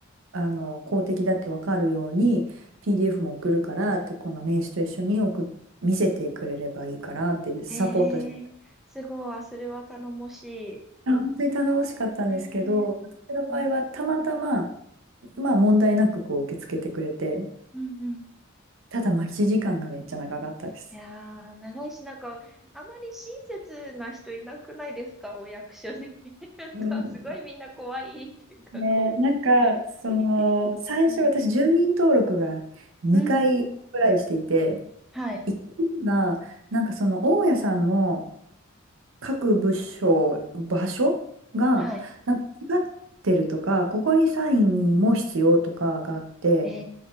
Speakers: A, on the right; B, in the centre.
A: あの、公的だってわかるように、PDF も送るからって、この名刺と一緒に送っ、見せてくれればいいからってサポートしてた。
B: へえ、すごい、あそれは頼もし
A: あ本当に頼もしかったんですけど、
B: い。へえ、うん、
A: 私の場合はたまたま、
B: うん、
A: まあ問題なくこう受け付けてくれて、
B: うん。
A: ただ待ち時間がめっちゃ長かったです。
B: いやー、長いし、なんか、あまり親切な人いなくないですか、お役所に。<laughs> なんか、
A: うん
B: すごいみんな怖いっていうか、
A: ね、
B: こう、
A: なんか、その、
B: ピリピリ。
A: 最初私、
B: うん、
A: 住民登録が2回ぐらいしていて、
B: うん、はい、
A: 1回が、なんかその、大家さんの各部署、場所が、
B: はい。
A: なんか違ってるとか、ここにサインも必要とかがあって、
B: へ